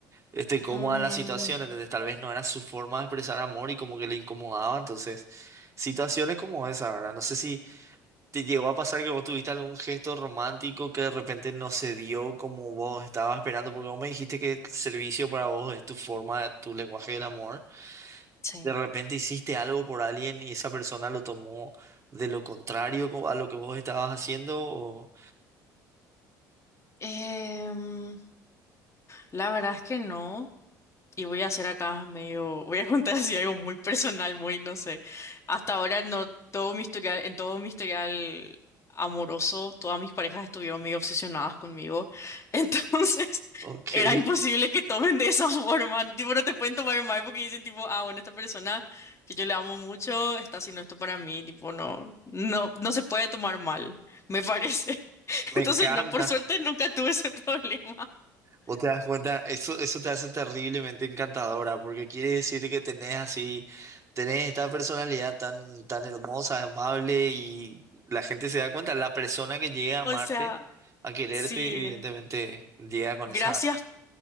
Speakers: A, on the right (about 30°); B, on the left (about 30°).
A: estoy cómoda
B: Mm,
A: en la situación, entonces tal vez no era su forma de expresar amor y como que le incomodaba, entonces, situaciones como esa, ¿verdad? No sé si ¿Te llegó a pasar que vos tuviste algún gesto romántico que de repente no se dio como vos estabas esperando? Porque vos me dijiste que el servicio para vos es tu forma, tu lenguaje del amor.
B: sí.
A: De repente hiciste algo por alguien y esa persona lo tomó de lo contrario co- a lo que vos estabas haciendo. o-
B: Em, la verdad es que no. Y voy a hacer acá medio, voy a <laughs> contar así algo muy personal, muy, no sé. Hasta ahora no, todo mi historial, en todo mi historial amoroso, todas mis parejas estuvieron medio obsesionadas conmigo. <laughs> Entonces,
A: Ok,
B: era imposible
A: <laughs>
B: que tomen de esa <laughs> forma. Tipo, no te pueden tomar mal porque dicen tipo, ah, bueno, esta persona que yo le amo mucho está haciendo esto para mí. Tipo, no, no, no se puede tomar mal, me parece. <laughs>
A: me
B: Entonces,
A: encanta.
B: no, por suerte nunca tuve ese <laughs> problema.
A: Vos te das cuenta, eso, eso te hace terriblemente encantadora, porque quiere decir que tenés así, tenés esta personalidad tan, tan hermosa, amable, y la gente se da cuenta, la persona que llega a amarte,
B: O sea,
A: a quererte,
B: sí.
A: evidentemente llega con
B: Gracias
A: esa